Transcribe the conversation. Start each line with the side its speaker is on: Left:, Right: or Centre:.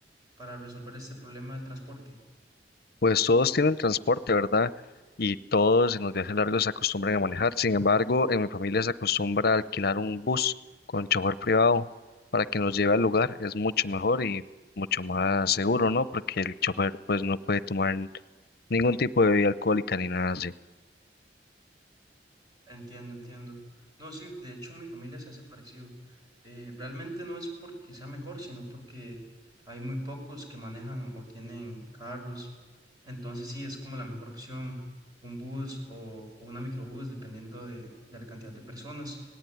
Right: para resolver este problema del transporte?
Left: Pues todos tienen transporte, ¿verdad? Y todos en los viajes largos se acostumbran a manejar. Sin embargo, en mi familia se acostumbra a alquilar un bus con chofer privado para que nos lleve al lugar. Es mucho mejor y mucho más seguro, ¿no? Porque el chofer pues no puede tomar ningún tipo de bebida alcohólica ni nada así.
Right: Entiendo, entiendo. No, sí, de hecho mi familia se hace parecido. Eh, realmente no es porque sea mejor, sino porque hay muy pocos que manejan o tienen carros. Entonces sí, es como la mejor opción, un bus o, o una microbús, dependiendo de, de la cantidad de personas.